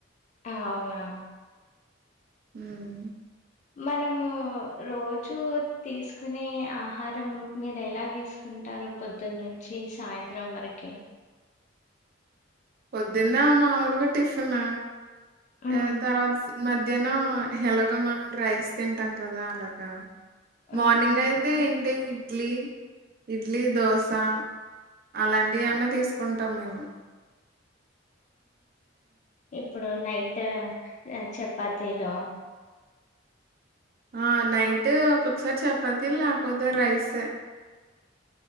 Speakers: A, on the left; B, on the right.
A: అహ అవునా?
B: ఉమ్
A: మనమూ రోజు తీసుకునే ఆహారం మీరెలా దీస్ ఉంటారు పొద్దున్నుంచి సాయంత్రం వరకి
B: పొద్దున్న మామూలుగా ఆటిఫిన
A: ఉమ్
B: ఎ తర్వాత. మధ్యాహ్నం ఎలాగో మనం రైస్ తింటాం కదా అలాగా
A: ఉమ్
B: మార్నింగ్ అయితే ఏంటి ఇడ్లీ ఇడ్లీ దోశా అలాంటి అన్న తీసుకుంటాం మేము
A: ఇప్పుడు నైట్ చపాతీలో
B: ఆ నైట్ ఒక్కొక్కసారి చపాతి లేకపోతే రైసే.